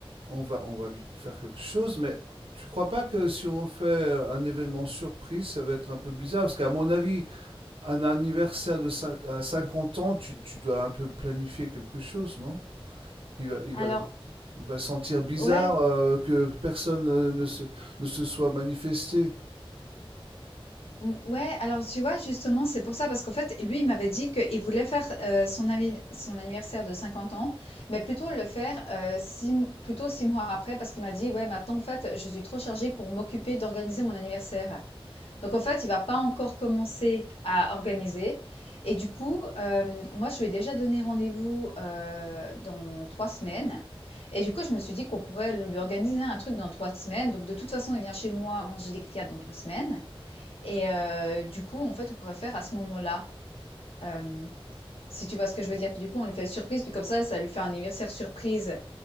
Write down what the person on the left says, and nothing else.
Alors
ouais,
mmh, ouais, alors tu vois, justement, c'est pour ça, parce qu'en fait, lui, il m'avait dit qu'il voulait faire euh, son anniv- son anniversaire de 50 ans, mais plutôt le faire euh, six, m- plutôt six mois après, parce qu'il m'a dit, ouais, maintenant, en fait, je suis trop chargée pour m'occuper d'organiser mon anniversaire. Donc en fait, il va pas encore commencer à organiser et du coup, hem, moi, je lui ai déjà donné rendez-vous, heu, dans 3 semaines et du coup, je me suis dit qu'on pourrait lui organiser un truc dans trois semaines. Donc de toute façon, il vient chez moi manger des criades dans 3 semaines et heu, du coup, en fait, on pourrait faire à ce moment-là, hem, si tu vois ce que je veux dire? Puis du coup, on lui fait surprise, puis comme ça, ça lui fait un anniversaire surprise